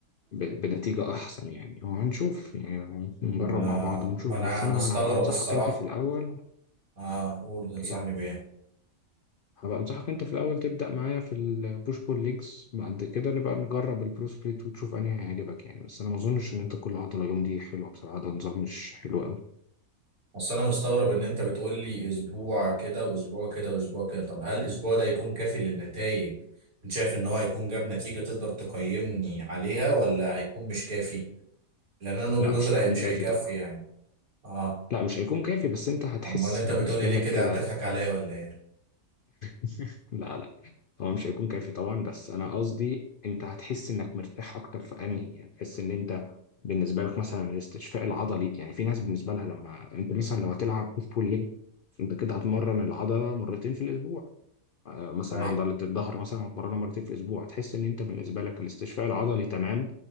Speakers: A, on the left; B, on the right.
A: ب... بنتيجة احسن يعني وهنشوف يعني نجرب
B: ما انا
A: مع بعض ونشوف
B: ما انا
A: بس انا
B: مستغرب
A: هبقى انصحك
B: الصراحة
A: انت في الاول
B: اه قول بتنصحني
A: إيه؟
B: بايه
A: هبقى انصحك انت في الاول تبدأ معايا في البوش بول ليجز بعد كده نبقى نجرب البرو سبليت وتشوف انهي هيعجبك يعني بس انا ما اظنش ان انت كل عضلة يوم دي حلوة بصراحة ده نظام مش حلو قوي
B: بس انا مستغرب ان انت بتقول لي اسبوع كده واسبوع كده واسبوع كده طب هل الاسبوع ده يكون كافي للنتائج انت شايف ان هو هيكون جاب نتيجة تقدر تقيمني عليها ولا هيكون مش كافي لان انا من
A: لا
B: وجهة نظري
A: مش هيكون
B: هي- مش
A: كافي
B: هيكفي
A: طبعا
B: يعني اه
A: لا مش هيكون كافي بس انت هتحس
B: امال انت
A: بالنسبة
B: بتقولي ليه
A: لك
B: كده
A: كده
B: عم تضحك عليا ولا ايه
A: <laughs> لا لا هو مش هيكون كافي طبعا بس انا قصدي انت هتحس انك مرتاح اكتر في انهي يعني تحس ان انت بالنسبه لك مثلا الاستشفاء العضلي يعني في ناس بالنسبه لها لما انت مثلا لو هتلعب بوش بول ليج انت كده هتمرن العضله مرتين في الاسبوع آه، مثلا
B: ايوه
A: عضلة الظهر مثلا هتمرنها مرتين في الأسبوع هتحس إن أنت بالنسبة لك الاستشفاء العضلي تمام